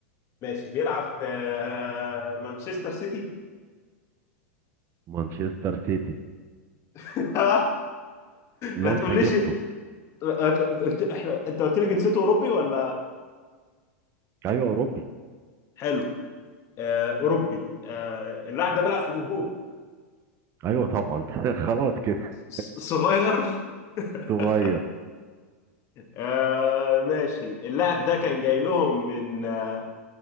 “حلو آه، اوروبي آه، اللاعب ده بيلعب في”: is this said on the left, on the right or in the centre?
Left